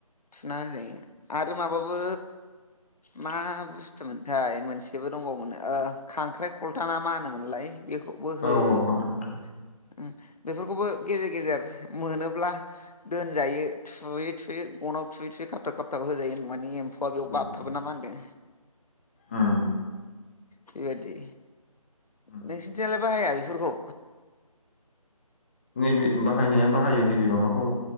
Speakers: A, on the left; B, on the left.
A: थुना होजायो आरो माबाबो मा बुस्थुमोन फ्राय मोनसेबो दंबावोन खांख्राइ खलथा ना मा होनोमोनलाय बे <unintelligible>
B: औ औ खांख्रिखला
A: ओ बेफोरखौबो गेजेर गेजेर मोनोब्ला दोनजायो थुयै थुयै गनाव थुयै थुयै खाबथा खाबथा होजायो होनबा माने एम्फौआ बेयाव
B: उम
A: बाबथाबो ना मा होनदों
B: उम
A: बेबायादि
B: उम
A: नोंसोरनिथिलाय बाहाया बेफोरखौ
B: नैबे बाहायनाया बाहायो नैबे माबाखौ